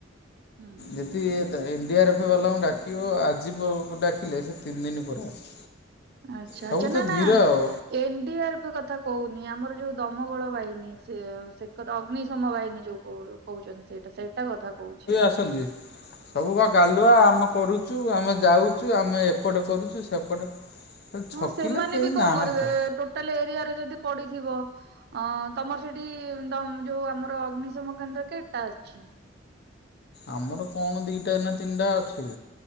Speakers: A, on the right; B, on the left.
A: ହୁଁ ହୁଁ।
B: ଯଦି ଏନ୍ଡିଆର୍ଏଫ୍ ବାଲାଙ୍କୁ ଡାକିବ ଆଜି ଡାକିଲେ ସେ ତିନି ଦିନ ପରେ ଆସିବ।
A: ଆଚ୍ଛା
B: ସବୁ
A: ଆଛା
B: ତ
A: ନା ନା
B: ଧୀର ଆଉ
A: ଏନ୍ ଡିଆର୍ ଏଫ କଥା କହୁନି ଆମର ଯୋଉ ଦମଗୋଳ ବାହିନୀ ସେ ସେ ଅଗ୍ନିଶମ ବାହିନୀ। ଯୋଉ କ କହୁଛନ୍ତି ସେଇଟା ସେଇଟା କଥା କହୁଛି।
B: ଅଛନ୍ତି। ସବୁ କ ଗାଲୁଆ ଆମେ କରୁଛୁ ଆମେ ଯାଉଛୁ ଆମେ ଏପଟେ କରୁଛୁ ସେପଟେ
A: ହଁ
B: ଛକିଲେ
A: ସେମାନେ
B: କେହି
A: ବି କଣ
B: ନାହାନ୍ତି
A: କରିବେ ଟୋଟାଲ ଏରିଆରେ ଯଦି ପଡିଥିବ। ଅ ତମର ସେଠି ଯୋଉ ଆମର ଅଗ୍ନିଶମ କେନ୍ଦ୍ର କେଟା ଅଛି?
B: ଆମର କଣ ଦିଟା ନା ତିନିଟା ଅଛି।